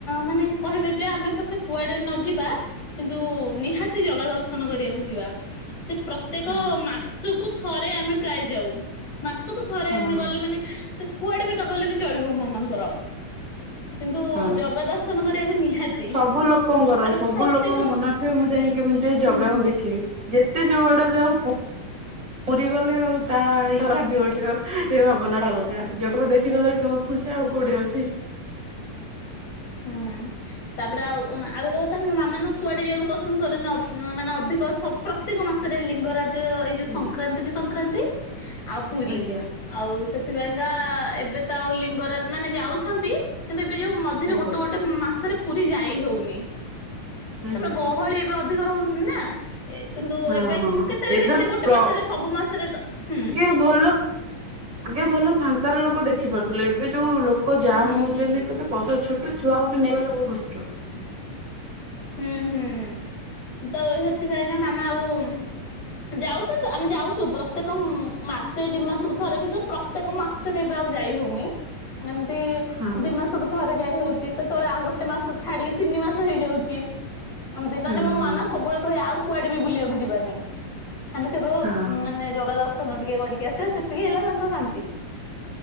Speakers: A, on the left; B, on the right.
A: ମାନେ କହିବେ ଯେ ଆମେ ପଛେ କୁଆଡେ ନ ଯିବା କିନ୍ତୁ ନିହାତି ଜଗା ଦର୍ଶନ କରିବାକୁ ଯିବା। ସେ ପ୍ରତ୍ୟେକ
B: ହଁ
A: ମାସକୁ ଥରେ ଆମେ ପ୍ରାୟ ଯାଉ। ମାସକୁ ଥରେ
B: ହଁ
A: ଆମେ
B: ହଁ
A: ଗଲେ ମାନେ ସେ କୁଆଡେ ବି ନଗଲେ ବି ଚଳିବ ମୋ ମାମାଙ୍କର। କିନ୍ତୁ
B: ହଁ।
A: ଜଗା ଦର୍ଶନ କରିବାକୁ ନିହାତି
B: ସବୁ ଲୋକଙ୍କର
A: ଆମେ
B: ସବୁ
A: ପ୍ରତ୍ୟେକ
B: ଲୋକଙ୍କ ମନରେ ଥାଏ ମୁଁ ଯାଇ କେମିତି ଏ ଜାଗାକୁ
A: ହୁଁ ହୁଁ
B: ଦେଖିବି, ଯେତେ ଯୋଉଆଡେ ଯାଉ ପୁ ପୁରୀ ଗଲେ ଆଉ ତା <unintelligible> ଭାବନା ଟା ଅଲଗା। ଜଗାକୁ ଦେଖିଦେଲେ ଖୁସି ଆଉ କୋଉଠି ଅଛି।
A: ହୁଁ ତାପରେ ଆଉ ଆଉ ଗୋଟେ କ ଥା ମୋ ମାମାନଙ୍କୁ କୁଆଡେ ଯିବାକୁ ପସନ୍ଦ କରେନା ଅଧ ମାନେ ଅଧିକ ସବୁ ପ୍ରତ୍ୟେକ ମାସରେ ଲିଙ୍ଗରାଜ ଏଯ ଏଇ ଯୋଉ
B: ହୁଁ
A: ସଂକ୍ରାନ୍ତି କି ସଂକ୍ରାନ୍ତି ଆଉ ପୁରୀ।
B: ଆଜ୍ଞା
A: ଆଉ ସେଥିପାଇଁକା ଏବେ ତ ଆଉ ଲିଙ୍ଗରାଜ ମାନେ ଯାଉଛନ୍ତି। କିନ୍ତୁ ଏବେ ଯୋଉ ମଝିରେ
B: ଆଜ୍ଞା
A: ଗୋଟେ ଗୋଟେ ମାସରେ ପୁରୀ ଯାଇ ହଉନି।
B: ଆଜ୍ଞା
A: ତାଲେ ଗହଳି ଏବେ ଅଧିକ ରହୁଛନ୍ତି ନା ଏ କିନ୍ତୁ
B: ହଁ
A: ଏବେ
B: ହଁ
A: କେତେବେଳେ
B: ଏବେ
A: କେମିତି ଗୋଟେ
B: ପ୍ର
A: ମାସରେ ସବୁ ମାସରେ ତ ହୁଁ।
B: ଆଗେ ଭଲ ଆଗେ ଭଲ ଫାଙ୍କାର ଲୋକ ଦେଖିପାରୁଥିଲେ ଏବେ ଯୋଉ ଲୋକ ଜାମ
A: ହୁଁ
B: ହଉଛନ୍ତି
A: ହୁଁ
B: କେତେ କଷ୍ଟ ଛୋଟ ଛୋଟ ଛୁଆକୁ ବି ନେଇକି ଗଲେ ବହୁତ କଷ୍ଟ।
A: ହୁଁ ହୁଁ ତ ସେଥିପାଇଁ କିନା ମାମା ଆଉ <unintelligible> ଆମେ ଯାଉଛୁ ପ୍ରତ୍ୟେକ ମ ମାସେ ଦିଇ ମାସକୁ ଥରେ କିନ୍ତୁ ପ୍ର ତ୍ୟେକ ମାସରେ ଏବେ ଆଉ ଯାଇ ହଉନି। ଏମିତି
B: ହଁ
A: ଦି ମାସକୁ ଥରେ ଯାଇ ହଉଚି। କେତେବେଳେ ଆଉ ଗୋଟେ ମାସ ଛାଡିକି ତିନି ମାସ ହେଇଯାଉଚି। ଦିନମାନେ
B: ହଁ
A: ମୋ
B: ହଁ
A: ମାମା ସବୁବେଳେ କହିବେ ଆଉ କୁଆଡେ ବି ବୁଲିବାକୁ ଯିବାନି। ଆମେ କେବଳ
B: ହଁ
A: ମାନେ ଜଗା ଦର୍ଶନ ଟିକେ କରିକି ଆସିବା ସେତିକି ହେଲା ତାଙ୍କ ଶାନ୍ତି।